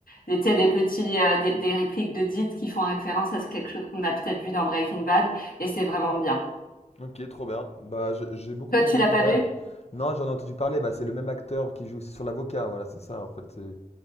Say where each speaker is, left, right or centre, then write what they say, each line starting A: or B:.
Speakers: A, on the left (about 85°); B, on the left (about 45°).
A: des, tu sais, des petits, euh, des, des répliques de dites qui font référence à ce quelque chose qu'on a peut-être vu dans Breaking Bad et c'est vraiment bien.
B: Ok, trop bien. Bah, je- j'ai beaucoup
A: Toi,
B: aimé
A: tu
B: Breaking
A: l'as pas
B: Bad.
A: vu?
B: Non, j'en ai entendu parler. Bah, c'est le même acteur qui joue. C'est sur l'avocat. Voilà, c'est ça. En fait, c'est